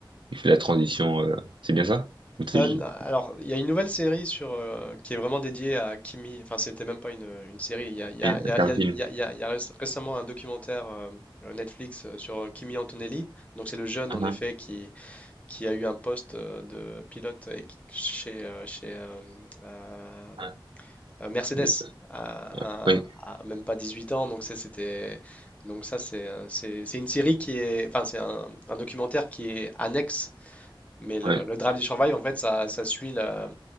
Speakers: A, on the right; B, on the left.
A: il fait la transition. euh, c'est bien ça? Ou C'est
B: Euh,
A: ju-
B: n- alors, il y a une nouvelle série sur, euh, qui est vraiment dédiée à Kimi. Enfin, c'était même pas une, une série. Il y a, il y
A: et,
B: a-
A: euh,
B: il y
A: c'est
B: a- il
A: un
B: y a-
A: film.
B: il y a- il y a- il y a réc- récemment un documentaire euh, euh, Netflix euh, sur euh, Kimi Antonelli. Donc, c'est le jeune,
A: Ah,
B: en effet,
A: ah,
B: qui, qui a eu un poste euh, de pilote et qui- chez, euh, chez euh, euh,
A: ah,
B: euh, Mercedes
A: je-
B: à,
A: euh, oui,
B: à- à même pas 18 ans. Donc, ça, c'était. Donc ça, c'est euh, c'est- c'est une série qui est, enfin, c'est un un documentaire qui est annexe Mais le,
A: ouais,
B: le Drive to Survive, en fait, ça, ça suit la-